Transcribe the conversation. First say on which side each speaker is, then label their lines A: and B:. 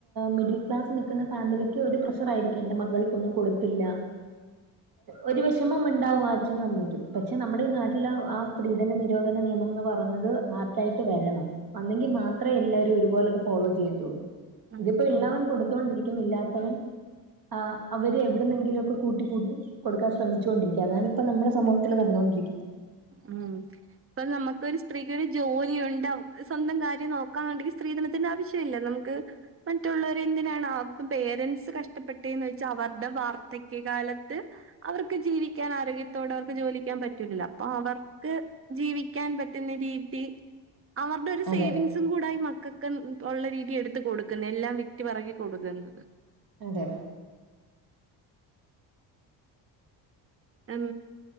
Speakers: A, on the right; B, on the right.
A: മിഡിൽ ക്ലാസ് നിക്ക്ന്ന ഫാമിലിക്ക് ഒരു പ്രഷർ ആയിരിക്കും എൻറെ മകൾ കൊന്നും കൊടു ഇല്ല ഒരു വിഷമം മ്ണ്ടാവും ആ അച്ഛനും അമ്മയ്ക്കും പക്ഷെ നമ്മടെ ഈ നാട്ടില് ആ സ്ത്രീധന നിരോധന നിയമംന്ന് പ ഒന്നത് ആപ്റ്റായിട്ട് വരണം വന്നെങ്കി മാത്രയെ എല്ലാരു ഒരുപോലെ അത് ഫോളോ ചെയ്യത്തൊള്ളൂ
B: ഉം
A: ഇതിപ്പോ ഇള്ളവൻ
B: ഉം
A: കൊടു തോണ്ടിരിക്കിന്നില്ലാത്തവൻ ആ അവര് എവിടുന്നെങ്കിലും ഒക്കെ കൂട്ടി കൂട്ടി കൊടുക്കാ ശ്രമിച്ചുകൊണ്ടരിക്ക അതാണ് ഇപ്പ നമ്മുടെ സമൂഹത്തിൽ നടന്നോണ്ടിരിക്കിന്നെ
B: ഉം ഇപ്പം നമുക്ക് ഒരു സ്ത്രീകള് ജോലിയെണ്ട് അവക്ക് സ്വന്തം കാര്യം നോക്കാന്നെണ്ടെങ്കി ഈ സ്ത്രീധന അതനാവശ്യ ഇല്ലെ നമുക്ക് മറ്റുള്ളവരെ എന്തിനാണ് അപ്പം പേരൻറ്സ് കഷ്ടപ്പെട്ടേന്ന് വോച്ചേന്ന് വെച്ച അവര്ടെ വാർധക്യ കാലത്ത് അവർക്ക് ജീവിക്കാനാ ആരോഗ്യത്തോടെ അവർക്ക് ജോലിക്കോവാൻ പറ്റൂലല്ല പ്പ അവർക്ക് ജീവിക്കാൻ പറ്റുന്ന രീതി അവര്ടെ ഒരു
A: അതെ
B: സേവിങ്സ് തും കൂടായി മക്കക്ക് ഉള്ള രീതി എടുത്ത് കൊടുക്ക്ന്നെ എല്ലാം വിറ്റ് പറ്ക്കി കൊടുക്ക്ന്നത്
A: അതെ
B: എം